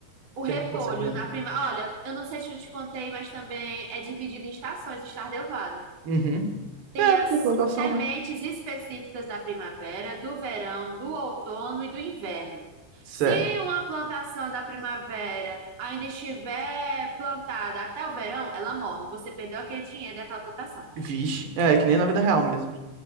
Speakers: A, on the right (about 40°); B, on the right (about 70°).
A: O repolho
B: que a gente consegue vender?
A: na prima. Olha, eu não sei se eu te contei, mas também é dividido em estações, o Stardew Valley.
B: Uhum.
A: Tem
B: É,
A: as
B: porque é plantação,
A: sementes
B: né?
A: específicas da primavera, do verão, do outono e do inverno.
B: Certo.
A: Se uma plantação da primavera ainda estiver plantada até o verão, ela morre. Você perdeu aquele dinheiro daquela plantação.
B: Vixe, é que nem na vida real mesmo.